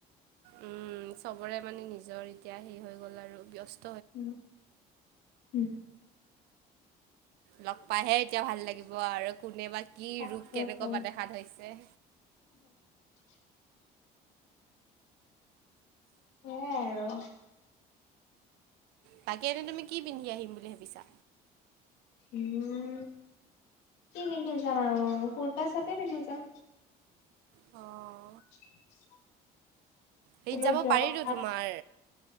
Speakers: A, on the right (about 80°); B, on the left (about 85°).
A: উম, চবৰে মানে নিজৰ এতিয়া সেই হৈ গ'ল আৰু, ব্যস্
B: উম, উম।
A: লগ পাইহে এতিয়া ভাল লাগিব আৰু। কোনে বা কি
B: তাকেতো
A: ৰূপ কেনেকুৱা বা দেখাত হৈছে।
B: <inaudible> এয়াই আৰু।
A: বাকী এনে তুমি কি পিন্ধি আহিম বুলি ভাবিছা?
B: উম, কি পিন্ধি যাম আৰু, কুুৰ্তা-চুৰ্তাই পিন্ধি যাম।
A: অ
B: <inaudible> স্কুলত
A: সেইত যাব
B: যোৱা
A: পাৰিটো
B: কথা
A: তোমাৰ